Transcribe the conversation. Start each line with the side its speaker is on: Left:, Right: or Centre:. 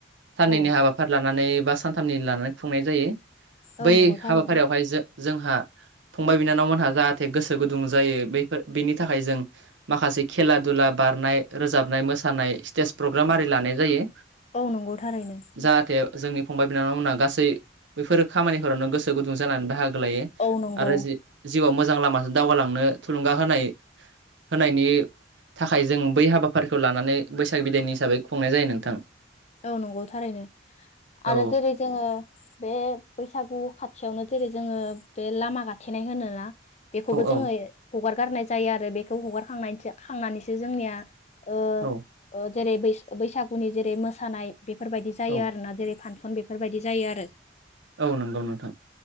Right: साननैनि
Left: औ
Right: हाबाफारि लानानै बा सानथामनि लानानै खुंनाय जायो।
Left: औ
Right: बै
Left: नंगौ थारैनो
Right: हाबाफारियावहाय जो जोंहा फंबाय बिनानावमोनहा जाहाथे गोसो गुदुं जायो बैफोर बेनि थाखाय जों माखासे खेला दुला बारनाय रोजाबनाय नाय मोसानाय स्टेज प्रग्राम आरि लानाय जायो
Left: औ नंगौ थारैनो
Right: जाहाथे जोंनि फंबाय बिनानावमोनहा गासै बेफोर खामानिफोरावनो गोसो गुदुं जानानै बाहागो। आरो
Left: औ नंगौ
Right: जिउआव मोजां लामाजों दावगालांनो थुलुंगा होनाय। होनायनि थाखाय जों बै हाबाफारिखौ लानानै बैसाग बिदायनि हिसाबै खुंनाय जायो नोंथां।
Left: औ नंगौ थारैनो।
Right: औ
Left: आरो जेरै जोङो बे बैसागु खाथियावनो जेरै। जोङो बे लामा गाथेनाय होनोना बेखौबो जोङो
Right: औ
Left: हगार गारनाय जायो आरो बेखौ हगार खांनानैसो जोंनिया ओ
Right: औ
Left: ओ जेरै बैसागुनि जेरै मोसानाय बेफोरबायदि जायो
Right: औ
Left: आरोना जेरै फानसन बेफोरबायदि जायो आरो।
Right: औ नंगौ नोंथां।